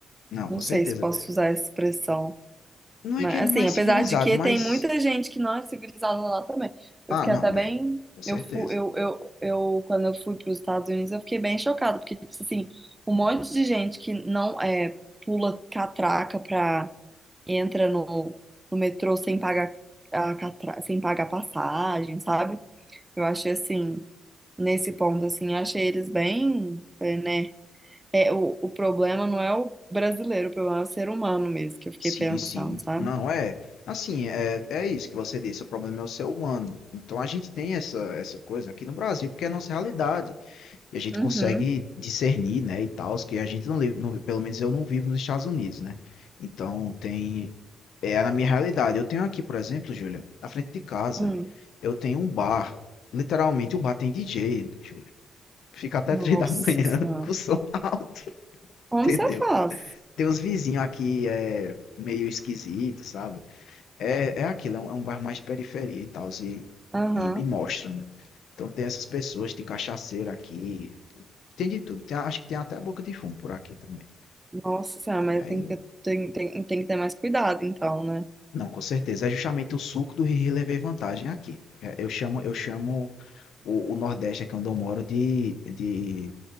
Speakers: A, on the left; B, on the right.
A: Não,
B: Não
A: com
B: sei
A: certeza.
B: se posso usar essa expressão.
A: Não
B: Mas,
A: é que é mais
B: assim, apesar
A: civilizado,
B: de que
A: mas.
B: tem muita gente que não é civilizada lá também. Eu
A: Ah,
B: fiquei
A: não,
B: até bem.
A: é. Com certeza.
B: Eu, fu, eu, eu, eu, quando eu fui para os Estados Unidos, eu fiquei bem chocada, porque, tipo assim, um monte de gente que não é, pula catraca pra, entra no, no metrô sem pagar a catra, sem pagar passagem, sabe? Eu achei, assim, nesse ponto, assim, eu achei eles bem, é, né? É, o, o problema não é o brasileiro, o problema é o ser humano mesmo, que eu fiquei
A: Sim,
B: pensando,
A: sim.
B: sabe?
A: Não, é. Assim, é, é isso que você disse. O problema é o ser humano. Então a gente tem essa, essa coisa aqui no Brasil, porque é a nossa realidade. e a gente
B: Uhum.
A: consegue discernir, né, e tal, que a gente não, li- não, pelo menos eu não vivo nos Estados Unidos, né? Então tem é na minha realidade. Eu tenho aqui, por exemplo, Júlia, na frente de casa,
B: Hum,
A: eu tenho um bar. Literalmente o bar tem DJ, Júlia. Fica até
B: nossa
A: três da manhã
B: senhora.
A: <laughs> com o som alto,
B: Como
A: entendeu?
B: você faz?
A: Tem os vizinhos aqui é meio esquisito, sabe? É, é aquilo, é um, é um bar mais de periferia e tal, e,
B: Aham.
A: e me mostra, né? Então tem essas pessoas, de cachaceiro aqui, tem de tudo. Tem- acho que tem até a boca de fumo por aqui também.
B: Nossa senhora, mas
A: E aí.
B: tem que ter, tem, tem, tem que ter mais cuidado, então, né?
A: Não, com certeza. É justamente o suco do Riri levei vantagem aqui. É, Eu chamo, eu chamo o, o Nordeste aqui onde eu moro de. de